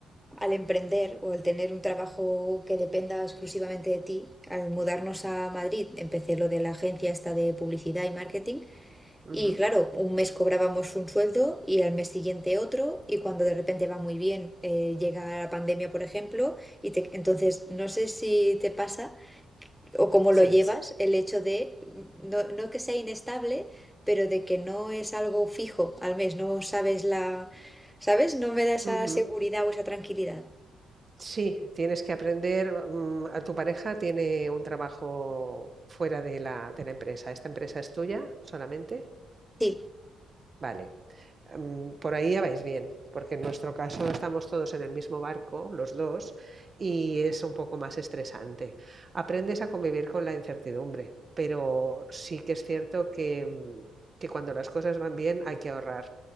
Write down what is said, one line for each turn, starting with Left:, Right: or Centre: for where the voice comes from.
Centre: al emprender o al tener un trabajo que dependa exclusivamente de ti, al mudarnos a Madrid empecé lo de la agencia esta de publicidad y marketing
Right: Ujú,
Centre: y claro, un mes cobrábamos un sueldo y al mes siguiente otro y cuando de repente va muy bien eh, llega la pandemia, por ejemplo, y te- entonces no sé si te pasa o cómo
Right: Sí.
Centre: lo llevas el hecho de, no, no que sea inestable, pero de que no es algo fijo al mes, no sabes la... ¿Sabes? No me da esa
Right: Ujú.
Centre: seguridad o esa tranquilidad.
Right: Sí, tienes que aprender. mm, A tu pareja tiene un trabajo fuera de la, de la empresa. ¿Esta empresa es tuya solamente?
Centre: Sí,
Right: Vale. mm, Por ahí ya vais bien, porque en nuestro caso estamos todos en el mismo barco, los dos, y es un poco más estresante. Aprendes a convivir con la incertidumbre, pero sí que es cierto que, mm, que cuando las cosas van bien hay que ahorrar,